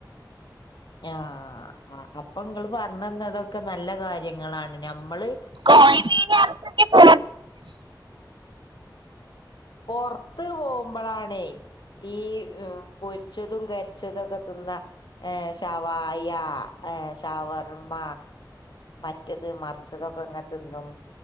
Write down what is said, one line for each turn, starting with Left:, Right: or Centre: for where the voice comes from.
Left: ആഅപ്പൊ നിങ്ങള് പറഞ്ഞന്നതൊക്കെ നല്ല കാര്യങ്ങളാണ് ഞമ്മള്
Right: കോയിമീൻ വർത്ത്റ്റ് <unintelligible>
Left: പൊറുത്ത്പോകുമ്പോളാണേ ഈ പൊരിച്ചതും കരി പൊരിച്ചെതൊക്കെതിന്ന ശവായി ഷവർമ്മ മറ്റെത് മറിച്ചതൊക്കെ അങ്ങനെ തിന്നും